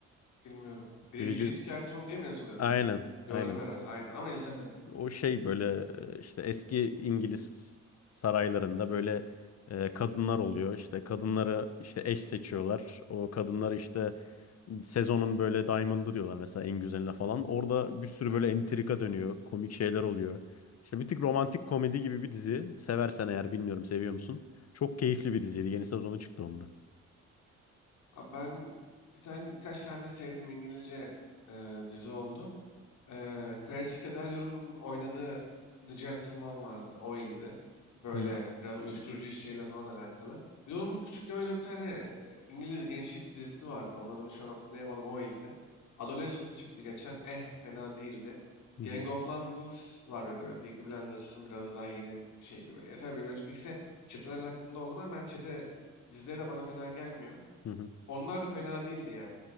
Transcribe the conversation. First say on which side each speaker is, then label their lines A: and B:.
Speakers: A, on the left (about 75°); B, on the left (about 55°).
A: Bilmiyorum. Bri
B: Bridget
A: Brit Gerton diye mi yazılıyordu?
B: aynen
A: Gördüm
B: aynen.
A: herhalde. Aynen ama izlemedim.
B: O şey böyle e, işte eski İngiliz saraylarında böyle e, kadınlar oluyor. İşte kadınları işte eş seçiyorlar. O kadınları işte sezonun böyle diamond'ı diyorlar mesela en güzeline falan. Orada bir sürü
A: Aynen.
B: böyle entrika dönüyor. Komik şeyler oluyor. İşte bir tık romantik komedi gibi bir dizi. Seversen eğer bilmiyorum seviyor musun? Çok keyifli bir diziydi. Yeni sezonu çıktı onda.
A: Abi ben bir tane birkaç tane sevdiğim İngilizce e, dizi oldu. E, Kaesi Kederyor'un oynadığı The Gentleman vardı. O iyiydi. Böyle
B: Hı
A: biraz uyuşturucu işleriyle falan alakalı. Bir de onun küçükken oynadığı bir tane e, İngiliz gençlik dizisi vardı. Onun adını şu an hatırlayamadım. O iyiydi. Adolescence çıktı geçen. Eh fena değildi.
B: hı
A: Gang
B: hı.
A: of London's var bir de. Böyle Peaky Blinders'ın biraz daha yeni bir şey gibi. Ya tabii birbirinden çok. İkisi çeteler hakkında olduğundan ben çete dizileri de bana fena gelmiyor.
B: hı.
A: Onlar da fena değildi yani.